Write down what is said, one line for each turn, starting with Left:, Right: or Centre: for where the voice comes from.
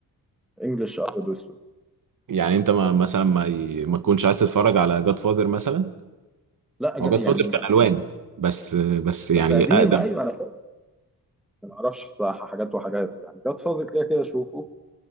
Centre: انجليش ابيض واسود
Right: يعني انت ما مثلا ما ي... ما تكونش عايز تتفرج على جاد فاذر مثلا
Centre: لا جا-
Right: هو جاد
Centre: يعني
Right: فاذر كان
Centre: ما.
Right: الوان بس بس يعني
Centre: بس قديم
Right: اقدم
Centre: ايوه انا فاهم. ما اعرفش الصراحه حاجات وحاجات يعني جاد فاضل كده كده اشوفه